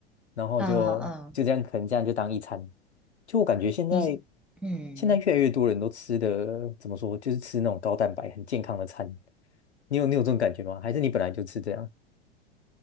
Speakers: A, on the left (about 80°); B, in the centre.
A: 然后就就这样，
B: 呃呃，
A: 可能这样就当一餐。就我感觉现在
B: 你是嗯。
A: 现在越来越多人都吃的怎么说，就是吃那种高蛋白很健康的餐。你有你有这种感觉吗？还是你本来就吃这样？